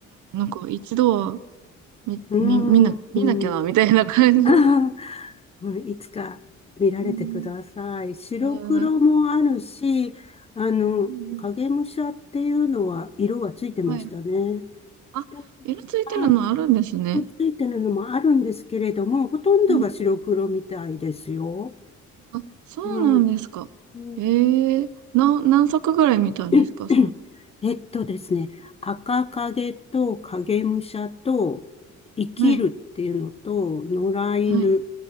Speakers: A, on the right; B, on the left.
A: なんか一度は見、
B: うん。
A: み見な、
B: うん。
A: 見なきゃな、
B: <laughs>
A: みたいな感じの。
B: あーうんいつか見られてください。
A: うん。
B: 白黒もあるし、
A: えー、
B: あの、
A: うん
B: 影武者っていうのは色がついてましたね。
A: はい。あ、
B: で、
A: 色ついてるのあるんですね。
B: はい、とついてるのもあるんですけれども、ほとんどが白黒みたいですよ。
A: うん。あ、そうなんですか。
B: はい。うん
A: えー、な、何作ぐらい見たんですか、
B: <coughs>
A: その。
B: <clears throat> えっとですね、赤影と影武者と生きるっていうのと野良犬、
A: はい。はい。